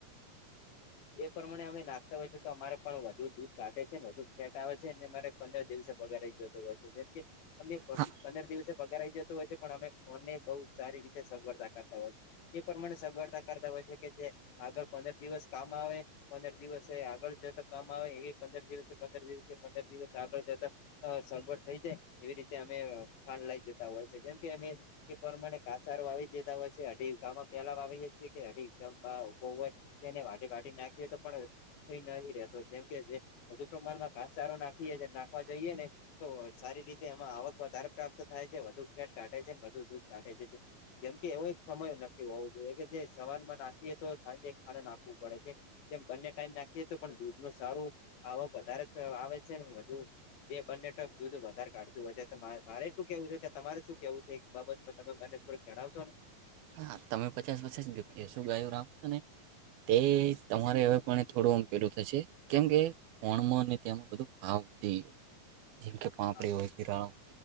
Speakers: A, on the left; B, on the right.
A: એ પ્રમાણે અમે નાખતા હોય છે તો અમારે પણ વધુ દૂધ કાઢે છે ને વધુ ફેટ આવે છે અનેનેરે પંદર દિવસે પગાર જોતો હોય છે જેમ કે અમે
B: હા
A: પંદર દિવસે પગાર આવીઈ જતો હોય છે પણ અમે ફોનને બહુ સારી રીતે સગવડતાકારતા હોય છે એ પ્રમાણે સગળતા કરતા હોય છે કે જે આગળ પંદર દિવસ કામ આવે પંદર દિવસ આગળ જતા કામ આવે એ પંદર દિવસ પંદર દિવસે પંદર દિવસ આગળ જતા અ સગવટ થઈ જાય એવી રીતે અમે ખાંડ લઇ જતા હોય છે જેમ કે અમે એ પ્રમાણે કાચારું આવી દેતાા હોય છે અઢી ગામમાં પેલા આવીએે છીએ કે અઢી ગામ ઉભો હોય એને વાટી વાાટી નાખીએ તો પણ થઈ ન રતો જેમ કે જે વધુ પ્રમાણમાં ઘાસચારો નાખીએ નાખવા જઈએ ને તો સારી રીતે એમાં આવક વધારે પ્રાપ્ત થાય છે વધુ ખેટ કાઢે છેને વધુ દૂધ કાઢે છે જેમ કે એવો સમય નક્કી હોવો જોઈએ કે જે સવાલમાં નાખીએ તો સાંજે ખા નાખવું પડે છે જેમ બંને ટાઈમ નાખીએ તો પણ દૂધ ન સારું આવક વધારે આવે છે ને વધુ બે બંને ટક દૂધ વધારે કાઢતું હોય છે તો મારે શું કેવું છે કે તમારે શું કેવું છે એક બાબતમાં તમે મને થોડ જડાવશો ને
B: હા તમે પચાસ પચી શું ગાયું રાખો છો ને તે તમારે હવે પણ થોડું અમ પેલું થશે કેમ કે ફણ અને તેમાં બધું ભાવ વધી ગયો જેમ કે પાપડી
A: હા
B: હોયિરા